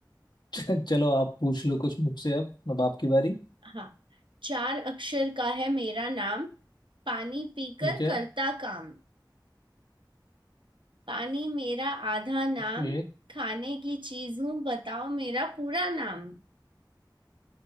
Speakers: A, on the left; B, on the right.
A: <laughs> चलो आप पूछ लो कुछ मुझसे अब अब आपकी बारी
B: हाँ चार अक्षर का है मेरा नाम पानी पीकर
A: ठीक है
B: करता काम पानी मेरा आधा नाम
A: Okay
B: खाने की चीज हूँ बताओ मेरा पूरा नाम